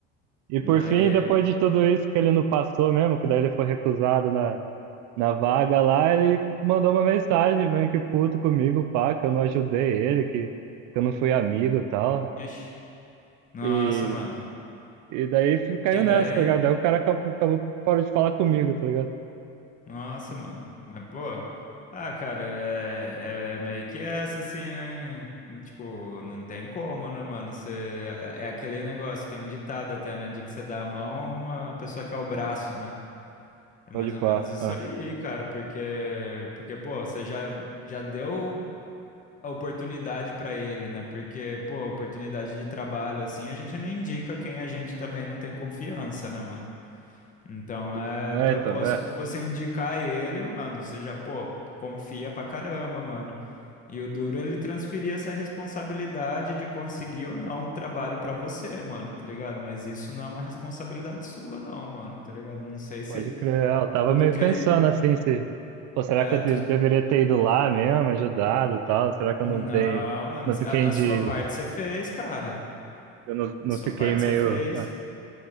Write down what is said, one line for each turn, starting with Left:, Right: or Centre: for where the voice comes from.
Right: E por
Left: Aí,
Right: fim, depois de tudo isso que ele não passou mesmo, que daí ele foi recusado na, na vaga lá, ele mandou uma mensagem meio que puto comigo, pá, que eu não ajudei ele, que, que eu não fui amigo e tal.
Left: ixi, nossa,
Right: E,
Left: mano.
Right: e daí fi- caiu
Left: Que ideia,
Right: nessa, tá
Left: hein?
Right: ligado? Aí o cara acabou, acabou- parou de falar comigo, tá ligado?
Left: Nossa, mano. Mas, pô, ah, cara, é, é meio que essa, assim, né? Tipo, não tem como, né, mano? Você, é é aquele negócio, tem um ditado até, né? De que você dá a mão, a pessoa quer o braço, né? É
Right: Pode
Left: mais ou
Right: pá.
Left: menos isso
Right: Ah,
Left: aí, cara, porque, porque pô, você já, já deu a oportunidade pra ele, né? Porque, pô, oportunidade de trabalho, assim, a gente não indica quem a gente também não tem confiança, né, mano? Então,
Right: sim.
Left: é,
Right: É,
Left: pô,
Right: então,
Left: pô,
Right: é.
Left: só de você indicar ele, mano, você já, pô, confia pra caramba, mano. E o duro é ele transferir essa responsabilidade de conseguir ou não o trabalho pra você, mano, tá ligado? Mas isso não é uma responsabilidade sua, não, mano, tá ligado? Não sei se
Right: Pode crer. É, Eu tava
Left: tudo
Right: meio
Left: que
Right: pensando
Left: ele.
Right: assim, se. Pô, será
Left: É,
Right: que eu
Left: tu...
Right: de- deveria ter ido lá mesmo, ajudado e tal? Será que eu
Left: Não,
Right: não dei.
Left: mano,
Right: Não fiquei
Left: a,
Right: de.
Left: a sua parte você fez, cara.
Right: Eu não, não
Left: A sua
Right: fiquei
Left: parte
Right: meio.
Left: você fez.
Right: ah.